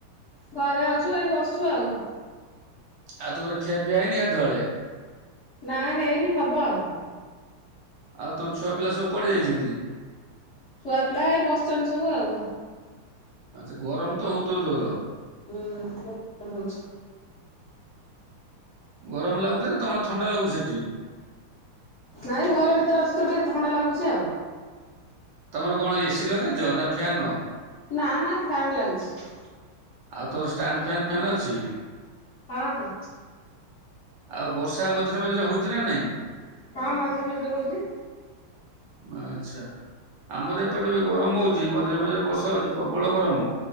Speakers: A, on the left (about 50°); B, on the right (about 70°).
A: ଘରେ ଅଛୁ ଏ ବସିଚି ଆଉ।
B: ଆଉ ତୁମର ଖିଆପିଆ ହେଇନି ଦଳେ
A: ନା ହେଇନି ହବ ଆଉ।
B: ଆଉ ତମ ଛୁଆ ପିଲା ସବୁ କୁଆଡେ ଯାଇଚନ୍ତି?
A: ଛୁଆପିଲା ଏ ବସିଚିନ୍ତି ସବୁ ଆଉ,
B: ଆଚ୍ଛା ଗରମ ତ ହେଉଥିବ ଜୋର।
A: ହୁଁ ବହୁତ ହେଉଚି।
B: ଗରମ ଲାଗୁଛି ନା ତମର ଥଣ୍ଡା ଲାଗୁଛି ସେଠି
A: ନାଇଁ ଘରେ ଭିତରେ ଅଛୁ ତୁ ଟିକେ କେତ ଖଣ୍ଡା ଲାଗୁଛି ଆଉ
B: ତମର କଣ ଏସି ଲଗେଇଛ ନା ଫ୍ୟାନ
A: ନା ନା ଫ୍ୟନ୍ ଲାଗିଛି
B: ଆଉ ତୋର ଷ୍ଟାଣ୍ଡ ଫ୍ୟାନ୍ ଫନ୍ ଅଛି
A: ହଁ ହଁ
B: ଆଉ ବର୍ଷା ମଝିରେ ମଝିରେ ହଉଛି ନା ନାଇଁ
A: ହଁ ମାଝିର ମଝିରେ ହଉଛି
B: ଆଚ୍ଛା ଆମର ଏପଟେ ଗରମ ହଉଛି ମଝିରେ ମଝିରେ ବର୍ଷା ହଉଛି ପ୍ରବଳ ଗରମ